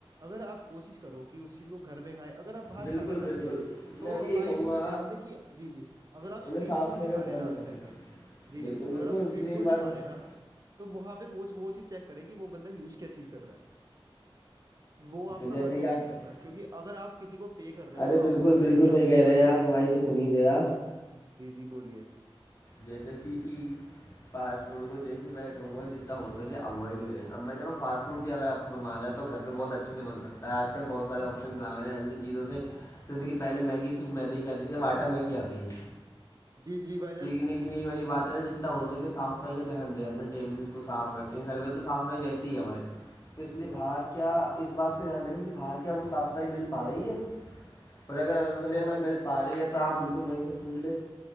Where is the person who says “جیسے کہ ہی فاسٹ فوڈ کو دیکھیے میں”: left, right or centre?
Left